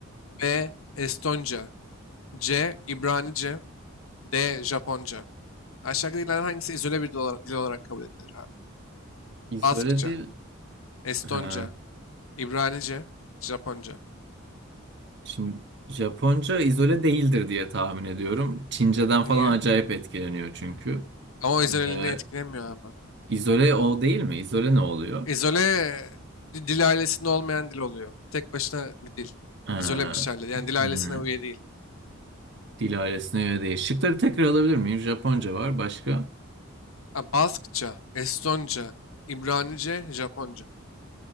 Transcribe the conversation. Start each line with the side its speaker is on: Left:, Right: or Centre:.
Left: B. Estonca C. İbranice D. Japonca Aşağıdakilerden hangisi izole bir dil olarak, dil olarak kabul edilir abi?
Right: İzole
Left: Baskça,
Right: değil.
Left: Estonca,
Right: Ha,
Left: İbranice, Japonca.
Right: şimdi Japonca izole değildir diye tahmin ediyorum. Çince'den
Left: Niye?
Right: falan acayip etkileniyor çünkü.
Left: Ama o izoleliğini
Right: Ee,
Left: etkilemiyor ama?
Right: izole o değil mi? İzole ne oluyor?
Left: İzole di- dil ailesinde olmayan dil oluyor. Tek başına bir dil.
Right: Ha,
Left: İzole bir şey. Yani dil
Right: hmm,
Left: ailesine üye değil.
Right: dil ailesine göre değil. Şıkları tekrar alabilir miyim? Japonca var. Başka?
Left: Ha, Baskça, Estonca, İbranice, Japonca.